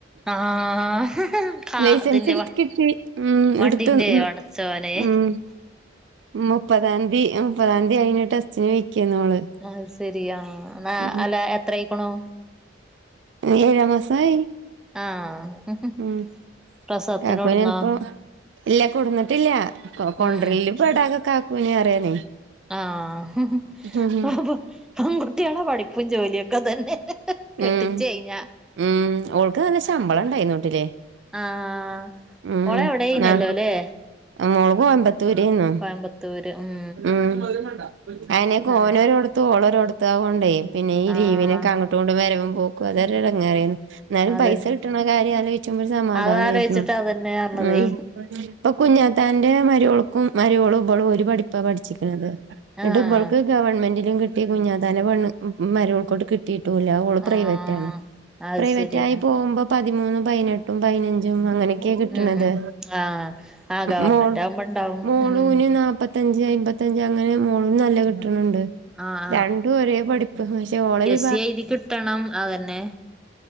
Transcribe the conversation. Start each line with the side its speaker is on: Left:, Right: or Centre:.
Centre: ആഹ് കാ
Right: ലൈസൻസ്
Centre: അതിന്റെ
Right: എട്ത്ത്
Centre: വ
Right: കിട്ടി ഉം
Centre: വണ്ടിന്റെ
Right: ഇട്ത്ത് ഉം
Centre: പടച്ചോനെ
Right: ഉം മുപ്പതാംതീ ഉം മുപ്പത്താന്തി കയ്ഞ്ഞ് ട്ടെസ്റ്റിന് പെയ്ക്കയ്നു ഓള്
Centre: അഹ് സെരി ആ ന്നാ
Right: ഉം
Centre: അല്ല എത്രയ്ക്ക്ണു
Right: ഏഴാമസായി
Centre: ആഹ്
Right: ഉം
Centre: പ്രസവത്തിനോടുന്നോ
Right: കാക്കുലപ്പോ ഇല്ലാ കൊട്ന്നിട്ടില്ല കൊണ്ടർലും
Centre: ഉം
Right: പ്പടാആഹ് കാക്കുനെ അറിയാനേ
Centre: ആഹ്
Right: ഉം
Centre: അപ്പൊ പെണ്ക്കുട്ടിയാളെ പഠിപ്പും ജോലിയക്കെ ഇതന്നെ കെട്ടിച്ച്യ്ഞ്ഞാ
Right: ഉം ഉം ഓൾക്ക് നല്ല ശമ്പളം ഇണ്ടായിന്ന് ട്ടില്ലേ
Centre: ആഹ്
Right: ഉം
Centre: ഓള് എവിടെയിനല്ലോ
Right: ആഹ്
Centre: അല്ലേ
Right: ആ മൊളക് കോയമ്പ തുരയ്നു
Centre: കോയമ്പത്തൂര് ഉം
Right: ഉം അയ്നകൊഓനോരട്ത്തു
Centre: ആഹ്
Right: ഓളോരോടത്താവണ്ടേ പിന്നെ ഈ
Centre: ആഹ്
Right: ലീവിനെക്കെ അങ്ങോട്ട് ങ്ങാട്ടും വരവും പോക്കും അതൊരുഎടങ്ങാറയ്ന്നു ന്നാലുംപൈസ
Centre: അതന്നെ
Right: കിട്ടണ കാര്യം ആലോയ്ചുപോഒരു സമാധാനയര്ന്നു
Centre: അതാലോചിച്ചിട്ട് അതന്നെ പറഞ്ഞതേ
Right: ഉം ഇപ്പൊ കുഞ്ഞ കുഞ്ഞാതന്റെ മരോൾക്കും മരിയോളും ബളും ഒരു പഠിപ്പാ പഠിച്ചിക്കണത്
Centre: ആഹ്
Right: എന്നിട്ട് ഇബ ൾക്ക് ഗവൺമെന്റിലും കിട്ടി കുഞ്ഞതാന്റെ പെണ് മരൂൾക്കോട്ട് കിട്ടിയിട്ടൂല ഓള് പ്രൈവറ്റാണ്
Centre: ആഹ് അത്
Right: പ്രൈവറ്റായി
Centre: ശരി ആഹ്
Right: പോവുമ്പോ പതി മൂന്നുംപയ്നട്ടുംപയ് നഞ്ചും അങ്ങ്നക്കാണ് കെകിട്ണത്
Centre: ഉം ഉം ആഹ് ആഹ് ഗവർമെന്റ്
Right: മോമോളുന്
Centre: ആവുമ്പോ ഇണ്ടാവും ഉം
Right: ന്നാപ്പതി പ്പതഞ്ച് അയ്മ്പത്തഞ്ച് അങ്ങനെ മോളുന് നല്ലോം കിട്ട്ണ് ണ്ട്
Centre: ആഹ്
Right: രണ്ടും ഒരേപഠിപ്പ്പക്ഷേ ഓളരു
Centre: സെഴ്തി കിട്ടണം അഹ് ന്നെ